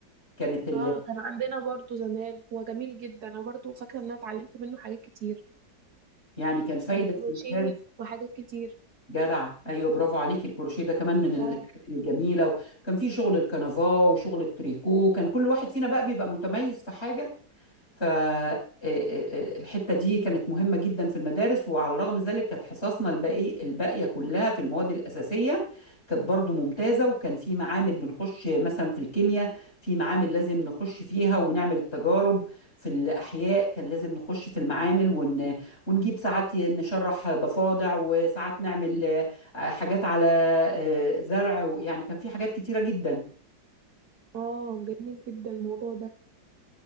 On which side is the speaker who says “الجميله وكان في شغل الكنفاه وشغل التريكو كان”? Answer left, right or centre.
Left